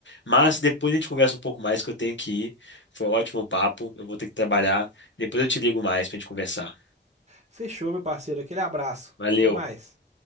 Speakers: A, on the left (about 80°); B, on the right (about 35°).
A: Mas depois a gente conversa um pouco mais, que eu tenho que ir. Foi um ótimo papo, eu vou ter que trabalhar. Depois eu te ligo mais pra gente conversar.
B: Fechou, meu parceiro. Aquele abraço.
A: Valeu.
B: Até mais.